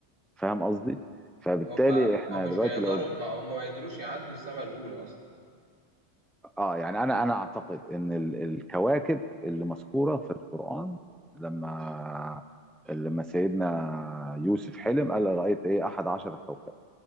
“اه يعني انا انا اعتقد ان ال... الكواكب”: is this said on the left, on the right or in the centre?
Centre